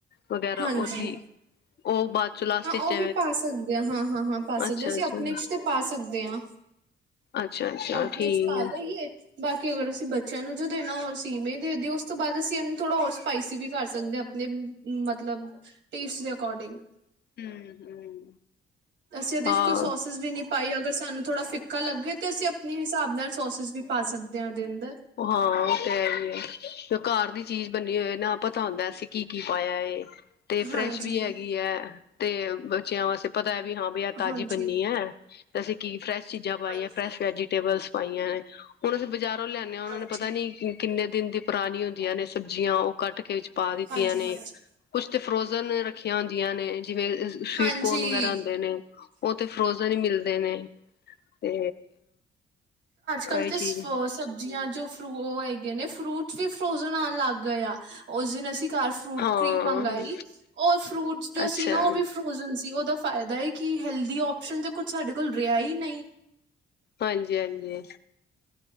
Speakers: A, on the left (about 55°); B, on the right (about 65°).
A: ਵਗੈਰਾ
B: ਹਾਂਜੀ,
A: ਉਹਦੀ ਉਹ ਬਾਅਦ ਚੋਂ ਲਾਸਟ
B: ਹਾਂ
A: ਵਿੱਚ
B: ਉਹ ਵੀ ਪਾ ਸਕਦੇ ਆ ਹਾਂ, ਹਾਂ, ਹਾਂ ਪਾ ਸਕਦੇ
A: ਅੱਛਾ
B: ਅਸੀਂ
A: ਅੱਛਾ
B: ਆਪਣੇ ਚ ਤੇ ਪਾ ਸਕਦੇ ਹਾਂ
A: ਅੱਛਾ, ਅੱਛਾ
B: ਆਪਣੇ
A: ਠੀਕ
B: ਚ ਪਾ ਲਈਏ
A: ਆ
B: ਬਾਕੀ ਔਰ ਅਸੀਂ ਬੱਚਿਆਂ ਨੂੰ ਜੋ ਦੇ ਨਾ ਹੋ ਸੀੇ ਦੇ ਦਿਓ ਉਸ ਤੋਂ ਬਾਅਦ ਅਸੀਂ ਐਨੂੰ ਥੋੜਾ ਹੋਰ ਸਪਾਈਸੀ ਵੀ ਕਰ ਸਕਦੇ ਹ ਆਪਣੇ ਮਤ ਮਤਲਬ ਪੀਸ ਦੇ ਅਕੋਰਡਿੰਗ
A: ਹਮ, ਹਮ
B: ਅਸੀਂ ਇਹਦੇ
A: ਹਾਂ
B: ਚ ਕੋਈ ਸੋਸਿਸ ਵੀ ਨਹੀ ਪਾਈ ਅਗਰ ਸਾਨੂੰ ਥੋੜਾ ਫਿੱਕਾ ਲੱਗੇ ਤੇ ਅਸੀਂ ਆਪਣੇ ਹਿਸਾਬ ਨਾਲ ਸੋਸਿਸ ਵੀ ਪਾ ਸਕਦੇ ਹਾਂ ਇਹਦੇ ਅੰਦਰ
A: ਹਾਂ ਉਹ ਤੇ ਹੈ ਹੀ ਹੈ ਤੇ ਉਹ ਘਰ ਦੀ ਚੀਜ਼ ਬੰਨੀ ਹੋਏ ਨਾ ਪਤਾ ਹੁੰਦਾ ਅਸੀਂ ਕੀ ਕੀ ਪਾਇਆ ਇਹ ਤੇ
B: ਹਾਂਜੀ
A: ਫਰੈਸ਼ ਵੀ ਹੈਗੀ ਹੈ ਤੇ ਬੱਚਿਆਂ ਵਾਸਤੇ ਪਤਾ ਹੈ ਵੀ ਹਾਂ ਆਹ ਤਾਜ਼ੀ
B: ਹਾਂਜੀ
A: ਬਣਨੀ ਹੈ ਤੇ ਅਸੀਂ ਕੀ ਫਰੈਸ਼, ਚੀਜ਼ਾਂ
B: ਹਾਂਜੀ
A: ਪਾਈਏ ਫੈਸ਼ ਵੈਜੀਟੇਬਲਸ, ਪਾਈਆਂ ਨੇ, ਹੁਣ ਅਸੀਂ ਬਾਜ਼ਾਰ ਲਿਆਨੇ ਆ ਉਹਨਾਂ
B: ਹਾਂਜੀ,
A: ਨੂੰ ਪਤਾ ਨੀ ਕਿੰਨੇ ਦਿਨ ਦੀ ਪੁਰਾਣੀ ਹੁੰਦੀਆਂ ਨੇ ਸਬਜ਼ੀਆਂ ਉਹ ਕੱਟ ਕੇ ਵਿੱਚ ਪਾ ਦਿੱਤੀਆਂ
B: ਹਾਂਜੀ, ਹਾਂਜੀ।
A: ਨੇ ਕੁਛ <unintelligible> ਜਿਵੇਂ ਸਵੀਟ
B: ਹਾਂਜੀ।
A: ਕੋਰਨ ਵਗੈਰਾ ਹੁੰਦੇ ਨੇ ਉਹ ਤੇ ਫਰੋਜਨ ਹੀ ਮਿਲਦਾ। ਦੇ ਨੇ, ਤੇ,
B: ਕੱਲ
A: ਅ ਇਹ
B: ਤੇ
A: ਚੀਜ਼
B: ਸਭ ਬੀਆਂ ਜੋ ਫਰੂ ਉਹ ਹੈਗੇ ਨੇ ਫਰੂਟ ਵੀ ਫਰੋਜਨ ਆਣ ਲੱਗ ਗਏ ਆ ਉਸ ਦਿਨ ਅਸੀਂ ਘਰ ਫਰੂਟ
A: ਹਾਂ
B: ਕਰੀਮ ਮੰਗਾਈ ਉਹ ਫਰੂਟ ਜੋ
A: ਅੱਛਾ
B: ਸੀ ਨਾ ਉਹ ਵੀ ਫਰੋਜਨ ਸੀ ਉਹਦਾ ਫਾਇਦਾ ਹੈਏ ਕਿ ਹੈਲਦੀ ਆਪਓਸ਼ਨ ਤਾਂ ਕੁਛ ਸਾਡੇ ਕੋਲ ਰਿਹਾ ਹੀ ਨਹੀਂ,
A: ਹਾਂਜੀ-ਹਾਂਜੀ,